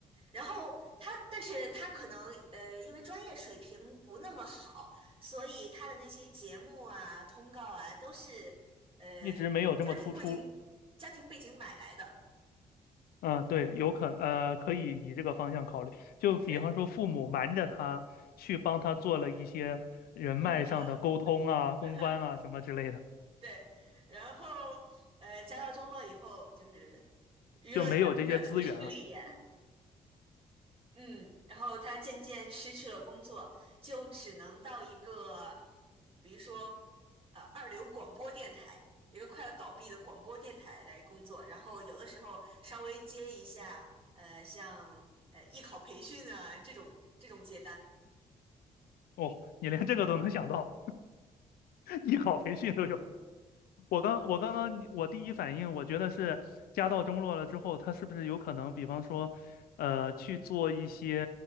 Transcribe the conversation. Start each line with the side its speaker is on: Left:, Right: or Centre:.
Right: 然后他，但是他可能呃，因为专业水平不那么好，所以他的那些节目啊、通告啊，都是呃通过家庭背景、
Left: 一直没有这么突出。
Right: 家庭背景买来的，
Left: 嗯，对，有可能呃，可以以这个方向考虑。就比方说，
Right: 对，
Left: 父母瞒着他去帮他做了一些人脉上的沟通啊、
Right: 公关，
Left: 公关啊什么之类的，
Right: <laughs> 对。然后呃，家道中落以后，就是娱乐圈的都是势利眼。
Left: 就没有这些资源了。
Right: 嗯，然后他渐渐失去了工作，就只能到一个，比如说，呃，二流广播电台，一个快要倒闭的广播电台来工作，然后有的时候稍微接一下，呃，像呃艺考培训啊这种这种接单
Left: 哦，你连这个都能想到，<laughs> 艺考培训都有。我刚我刚刚我第一反应，我觉得是家道中落了之后，他是不是有可能，比方说，呃，去做一些